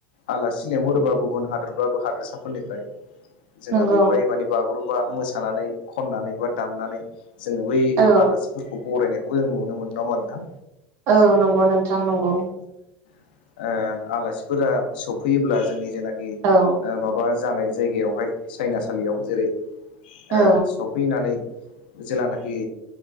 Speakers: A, on the left; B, on the right.
A: आलासि लेंहरोबा गुबुन हादोरबा हादोरसाफोरनिफ्राय जोंहा
B: नंगौ
A: बेवहाय मानि बागुरुम बा मोसानानै खनानै बा दामनानै जोङो बै
B: औ
A: आलासिफोरखौ। बरायनायखौ जों नुनो मोनो नङा होनबा नोंथां?
B: औ नंगौ नोंथां नंगौ।
A: ओ-आलासिफोरा सफैयोब्ला जोंनि जेनाखि
B: औ
A: ओ-माबा जानाय जायगायावहाय सायनासालियाव जेरै ओ-सफैनानै।
B: औ
A: जेेलानाखि